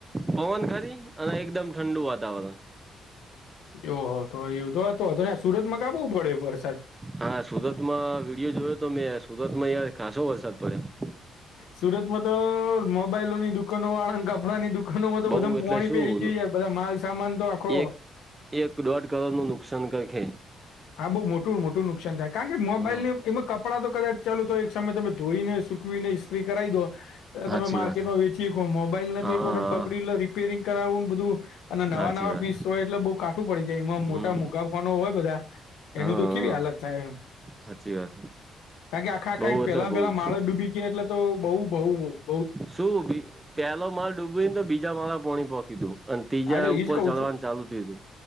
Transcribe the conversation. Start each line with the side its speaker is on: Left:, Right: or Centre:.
Right: પવન ખરી અને એકદમ ઠંડુ વાતાવરણ.
Left: ઓહો તો એવું તો હતો હતો ત્યાં સુરતમાં કાબવું પડે વરસાદ.
Right: હા સુરતમાં વિડીયો જોયો તો મેં સુરતમાં યાર ખાસો વરસાદ પડ્યો.
Left: સુરતમાં તો મોબાઈલોની દુકાનો વાળા કપડા ની દુકા આું તો
Right: બઉ
Left: બધ
Right: એટલે
Left: પોણી
Right: શું
Left: પે એઈ ગયું યાર બધા માલ સામાન તો આખો
Right: એક એક દોઢ કરોડ નું નુકસાન કરખે
Left: હા બહુ મોટું મોટું નુકસાન થાય કારણ કે મોબાઈલ
Right: હા
Left: ને એમાં કપડાં તો કદાચ ચાલુ તો એક સમય તમે ધોઈને સુકવીને ઇત્રી કરાવી દો.
Right: સાચી
Left: તમે માર્કેટમાં
Right: વાત
Left: વેચી શકો મોબાઈલ નથી
Right: હા
Left: એક
Right: હા
Left: વખત બગડ રિપેરિંગ કરાવુંને બધું અને
Right: સાચી
Left: નવા નવા
Right: વાત
Left: પીસ હોય એટલે બઉુ કાઠું પડી જાય એમાં
Right: હમ
Left: મોટા મોગાફવાનો હોય બધા
Right: હા
Left: એનું તો કેવી હાલત થાય એમ
Right: સાચી વાત
Left: કારણ કે આખા આખા
Right: બઉ એટલે
Left: પેલા
Right: બઉ
Left: પેલા
Right: જ
Left: માણસ ડૂબી ગયા એટલે તો બઉુ બઉુ.
Right: સૂબી. પેલો માલ ડૂબીને તો બીજા માળ પોણી પોખી તું અને ત્રીજા
Left: હા તો
Right: ઉપર
Left: એજ કઉ
Right: ચડવાનું
Left: છું
Right: ચાલુ થય તું.